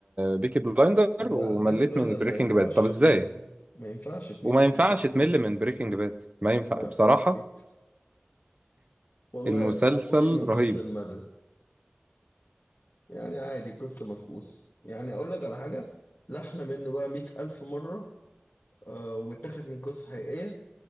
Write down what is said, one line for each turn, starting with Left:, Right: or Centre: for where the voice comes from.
Right: بيكي بلايندر
Left: لا
Right: ومليت
Left: بيكي بلاندر
Right: من بريكنج
Left: ما ينفعش
Right: باد طب
Left: تمل
Right: إزاي؟
Left: منه. ما ينفعش تمل
Right: وما ينفعش
Left: من بيكي
Right: تمل
Left: بلاندر.
Right: من بريكنج باد ما ينفع
Left: لا
Right: بصراحة
Left: مليت والله
Right: المسلسل
Left: والله مسلسل
Right: رهيب
Left: ملل يعني عادي قصة مفقوسة يعني اقول لك على حاجة لا احلى منه بقى مئة الف مرة آه ومتاخد من قصة حقيقية